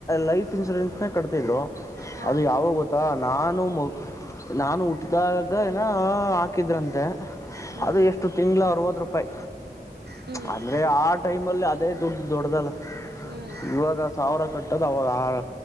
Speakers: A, on the left; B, on the right.
A: ಲೈಫ್ ಇನ್ಸೂರೆನ್ಸ್ ಕಟ್ತಿದ್ರು
B: ಹಾ
A: ಅದು ಯಾವಾಗೊ ನಾನು ಮ ನಾನು ಹಟ್ಟ್ದಾಗ ಏನ ಆ ಹಾಕಿದ್ರಂತೆ
B: ಹ್ಮ್
A: ಅದು ಎಷ್ಟು ತಿಂ್ಳ ಅರರುವತ್ತು ರೂಪಾಯಿ
B: ಹ್ಮ್
A: ಅಂದ್ರೆ ಆ ಟೈಮಲ್ಲಿ ಅದೇ ದುಡ್ ದೊಡ್ಡ್ದಲ್ಲ
B: ಹ್ಮ್
A: ಇವಾಗ ಸಾವಿರ ಕಟ್ಟೋದು ಅವಾಗ ಆಹಾರ